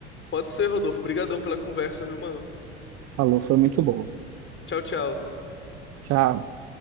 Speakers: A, on the left; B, on the right.
A: Pode ser, Rodolfo. Obrigadão pela conversa, viu, mano?
B: Falou, foi muito bom.
A: Tchau, tchau.
B: Tchau.